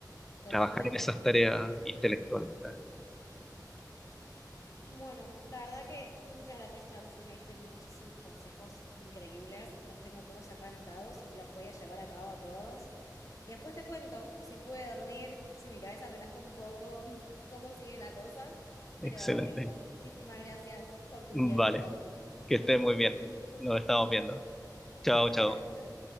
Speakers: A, on the left; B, in the centre.
A: totalmente.
B: Trabajar en esas tareas intelectuales, claro.
A: Bueno, la verdad que muchas gracias, Charles. Me diste muchísimos consejos increíbles. Los tengo todos acá anotados y los voy a llevar a cabo a todos. Y después te cuento si pude dormir, si mi cabeza relaja un poco, <laughs> cómo sigue la cosa.
B: Excelente.
A: Pero eso, muchísimas gracias por tu
B: Vale,
A: tiempo.
B: que estés muy bien. Nos estamos viendo. Chao, chao.
A: Chao.